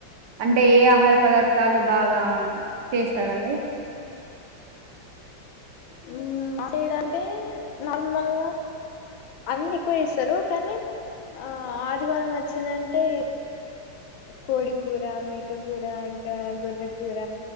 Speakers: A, on the right; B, on the left.
A: అంటే ఏ ఆహార పదార్థాలు బాగా చేస్తారండి
B: హు అదేదంటే నార్మల్ అన్ని ఎకువ వేస్తారు కానీ ఆ ఆదివారం వచ్చిందంటే కోడి కూర మేక కూర ఇంకా గొర్ర కూర